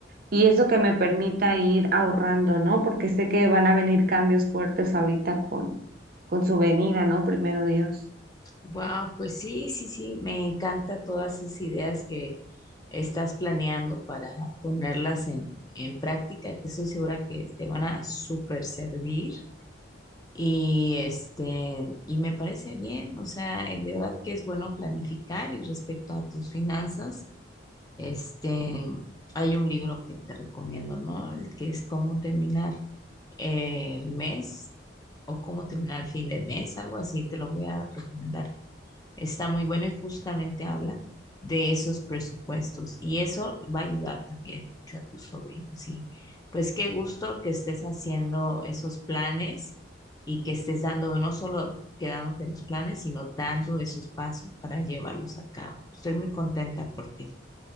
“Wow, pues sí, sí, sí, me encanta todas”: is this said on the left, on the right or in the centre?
Left